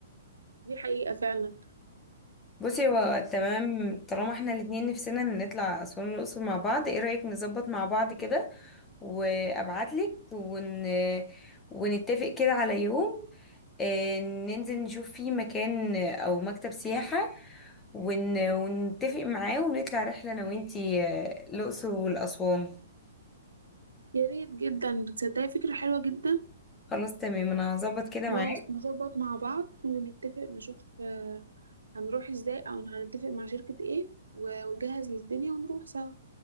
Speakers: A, on the right; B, on the left.
A: دي حقيقة فعلا
B: بصي هو تمام طالما احنا الاتنين نفسنا نطلع أسوان والأقصر مع بعض ايه رأيك نظبط مع بعض كده وأبعتلك ون... ونتفق كده على يوم آه، ننزل نشوف فيه مكان أو مكتب سياحة ون... ونتفق معاه ونطلع رحلة أنا وإنتي آه، الأقصر والأسوان
A: يا ريت جدا بتصدقي فكرة حلوة جدا
B: خلاص تمام انا هظبط كده
A: خلاص
B: معاك
A: نظبط مع بعض ونتفق نشوف آه، هنروح ازاي او هنتفق مع شركة ايه و- ونجهز للدنيا ونروح سوا